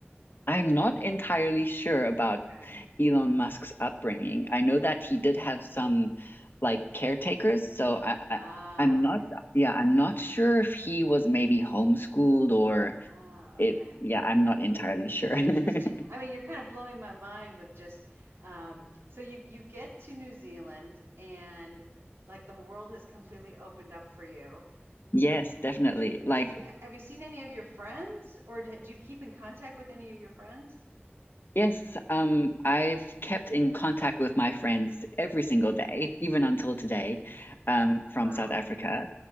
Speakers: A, on the left (about 55°); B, on the right (about 80°).
A: I'm not entirely sure about
B: Okay.
A: Elon Musk's upbringing. I know that
B: Yeah.
A: he did have some like caretakers, so I, I
B: Ah,
A: I'm not
B: okay.
A: yeah, I'm not sure if he was maybe homeschooled or
B: Ah,
A: if
B: okay.
A: yeah, I'm
B: Okay.
A: not entirely sure. <laughs>
B: Interesting. I mean, you're kind of blowing my mind with just um so you you get to New Zealand and like the whole world has completely opened up for you.
A: Yes, definitely.
B: Did you
A: Like
B: did you have you seen any of your friends or d- do you keep in contact with any of your friends?
A: yes, um I've kept in contact with my friends every single day, even until today, um from
B: Wow.
A: South Africa.